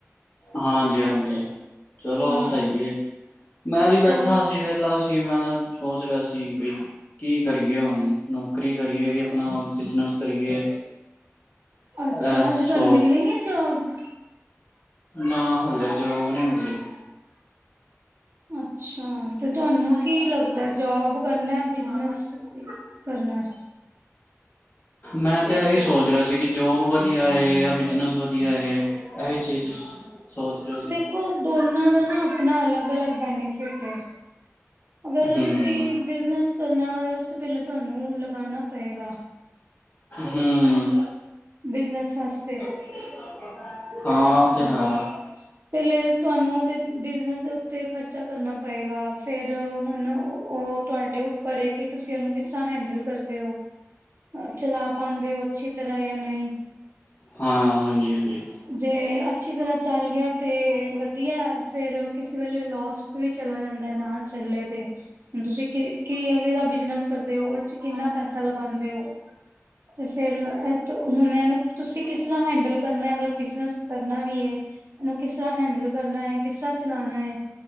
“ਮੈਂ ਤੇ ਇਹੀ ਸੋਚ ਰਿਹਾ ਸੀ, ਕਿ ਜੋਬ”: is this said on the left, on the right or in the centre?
Left